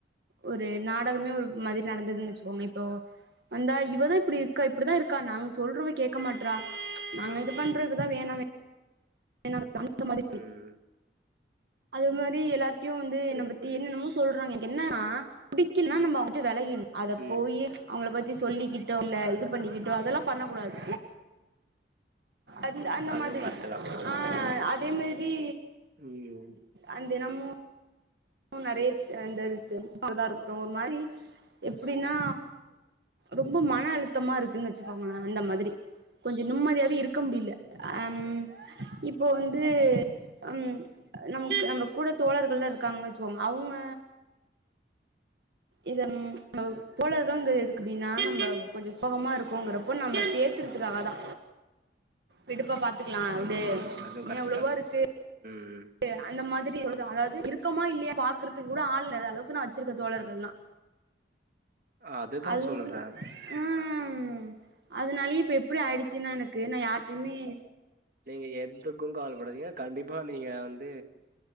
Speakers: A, on the right; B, on the right.
A: ஓ
B: ஒரு நாடகமே ஒரு மாதிரி நடந்ததுன் வெச்சுகோங்க இப்போ வந்தா இவதா இப்டிருக் க்கா இப்டிதா இருக்கா நாங்க சொல்றத கேட்க மாட்றா நாங்க இதுப் பண்றதுதா வேணா வே ணான் அந்த மாதிரி
A: ம்
B: அது மாரி எல்லார்ட்டியு வந்து
A: புரியுது
B: என்ன பத்தி
A: புரியுது
B: என்னென்னமோச் சொல்றாங்க எனக்கு என்னனா பிடிக்கில்னா நம்ம அவுங்கிட்ட வெளகிட்ணு அதப்
A: ம்
B: போயி அவுங்களப் பத்தி சொல்லிகிட்டோ இல்ல
A: அத
B: இதுப் பண்ணிகிட்டோ அதெல்லாப் பண்ணகூடாது அந்த அந்த
A: அதுவு
B: மாதிரி
A: கரெக்ட்டு தா
B: ஆ அதே மேரி
A: ம்
B: அ தினமு நெறையத் அந்த இதுத் <inaudible> இருக்கட்டு ஒரு மாரி எப்டின்னா ரொம்ப மன அழுத்தமா இருக்குன் வச்சுக்கோங்ளே அந்த மாதிரி கொஞ்சோ நிம்மதியாவே இருக் க்க முடில
A: ஓ
B: அம் இப்போ வந்து ம் நமக் நம்ம கூட தோழர்கள்லா இருக்காங்கனு வச்சுக்கோங்க அவுங்க இத <inaudible>
A: ம்
B: தோழர்தாங்க எது க்கு பின்னா நம்ம கொஞ்சோ சோகமா இருக்கோங்றப்போ நம்மள தேத்தறதுக்காக தா விடுப்பா பாத்துக்கலா
A: ம்
B: விடு
A: ம் அதுவு
B: இன்னு
A: கரெக்ட்டு
B: எவ்ளவோ
A: தாங்க
B: இருக்கு
A: ம்
B: டு அந்த மாதிரி சொல்லுதா அதாவது இருக்கமா இல்லையா பாக்குறதுக்கு கூட ஆள் இல்லாத அளவுக்கு நா வச்சிருக்க தோழர்கள்லா
A: அதுதா
B: அது
A: சொல்றே
B: ம் அதனாலயே இப்ப எப்டி ஆயிடு ச்சின்னா எனக்கு நா யார் இன்மே
A: நீங்க எதுக்கு கவல படாதீங்க கண்டிப்பா நீங்க வந்து